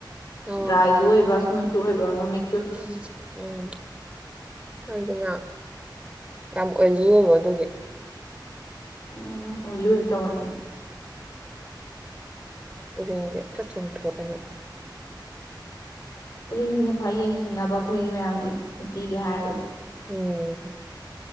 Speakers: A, in the centre; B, on the left (about 50°).
A: ꯑꯣ
B: ꯗ꯭ꯔꯥꯏꯖꯨ ꯑꯣꯏꯕ ꯁꯃꯨꯠ ꯑꯣꯏꯕꯃꯥ ꯃꯤ
A: ꯎꯝ ꯎꯝ ꯑꯩꯗꯤꯅ ꯌꯥꯝ ꯑꯣꯏꯂꯤ ꯑꯣꯏꯕ ꯑꯗꯨꯒꯤ
B: ꯎꯝ ꯑꯣꯏꯕ ꯇꯧꯒꯟꯕꯅꯦ
A: ꯎꯔꯤꯡꯒꯤ ꯆꯠ ꯆꯨꯝ ꯊꯣꯛꯀꯅꯤ
B: ꯎꯔꯤꯡꯁꯤꯅꯦ ꯈ꯭ꯋꯥꯏ ꯌꯦꯡꯊꯤꯡꯅꯕ ꯑꯩꯈꯣꯏꯒꯤ ꯃꯌꯥꯝꯒꯤ ꯅꯨꯄꯤꯒꯤ ꯍꯥꯏꯔꯒꯗꯤ
A: ꯎꯝ